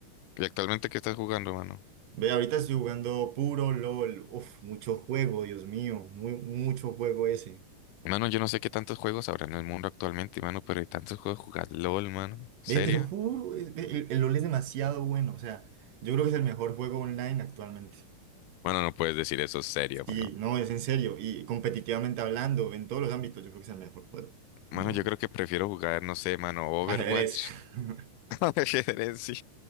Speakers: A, on the left (about 80°); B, on the right (about 75°).
A: ¿Y actualmente qué estás jugando, mano?
B: Ve, ahorita estoy jugando puro LOL. Uf, mucho juego, Dios mío, muy, mucho juego ese.
A: Mano, yo no sé qué tantos juegos habrá en el mundo actualmente, mano, pero hay tantos juegos jugar LOL, mano. ¿Seria?
B: Ve, te lo juro, es- ve, el, el LOL es demasiado bueno, o sea, yo creo que es el mejor juego online actualmente.
A: Bueno, no puedes decir eso, serio,
B: Sí,
A: mano.
B: no, es en serio. Y competitivamente hablando, en todos los ámbitos, yo creo que es el mejor juego.
A: Mano,
B: No.
A: yo creo que prefiero jugar, no sé, mano, Overwatch
B: Ajedrez. <laughs>
A: <laughs> Ajedrez, sí.